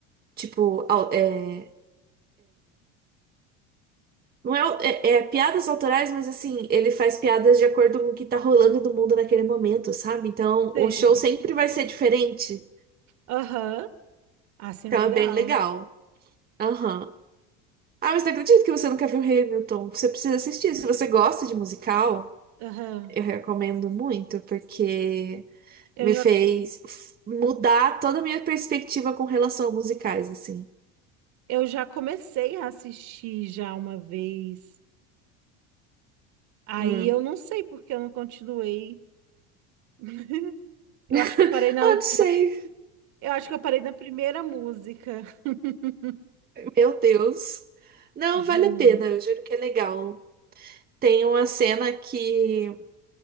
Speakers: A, on the right; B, on the right.
A: tipo, au- é, não é, au- é, é piadas autorais, mas assim, ele faz piadas de acordo com o que tá rolando no mundo naquele momento, sabe? Então
B: sei.
A: o show sempre vai ser diferente.
B: Aham, assim
A: Então
B: é legal.
A: é bem legal. Aham. Ah, mas não acredito que você nunca viu Hamilton. Você precisa assistir. Se você gosta de musical.
B: Aham.
A: Eu recomendo muito, porque
B: Eu
A: me
B: já,
A: fez f- mudar toda a minha perspectiva com relação a musicais, assim.
B: eu já comecei a assistir já uma vez. Aí
A: Hum.
B: eu não sei porque eu não continuei. <laughs> Eu
A: <laughs>
B: acho que eu parei na,
A: Ah,
B: ú-
A: não sei.
B: eu acho que eu parei na primeira música. <laughs>
A: Meu Deus. Não, vale
B: Juro.
A: a pena, eu juro que é legal. Tem uma cena que,